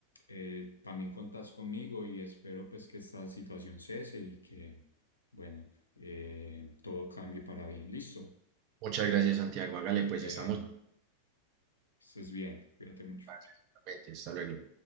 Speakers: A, on the left; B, on the right.
A: eh, también contás conmigo y espero pues que esta situación cese y que, bueno, eh, todo cambie para bien. Listo.
B: Muchas gracias, Santiago. Hágale, pues
A: Eh,
B: estamos.
A: estés bien, cuídate mucho.
B: Gracias, igualmente. Hasta luego.